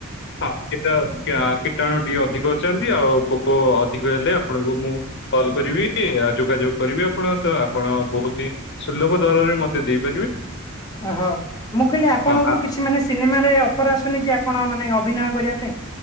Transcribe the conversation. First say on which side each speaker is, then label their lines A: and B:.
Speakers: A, on the left; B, on the left.
A: ହଁ କୀଟ କ୍ୟା କୀଟାଣୁ ଟିକେ ଅଧିକ ଅଛନ୍ତି ଆଉ ପୋକ ଅଧିକ ହେଲେ ଆପଣଙ୍କୁ ମୁଁ କଲ୍ କରିବି ଆ ଯୋଗାଯୋଗ କରିବି ଆପଣଙ୍କ ସହ ଆପଣ ବହୁତ ସୁଲଭ ଦରରେ ମତେ ଦେଇପାରିବେ।
B: ଓହୋ
A: ହଁ
B: ମୁଁ କହିଲି ଆପଣଙ୍କୁ
A: ଆ
B: କିଛି ମାନେ ସିନେମାରେ ଅଫର ଆସୁନି କି ଆପଣ ମାନେ ଅଭିନୟ କରିବା ପାଇଁ।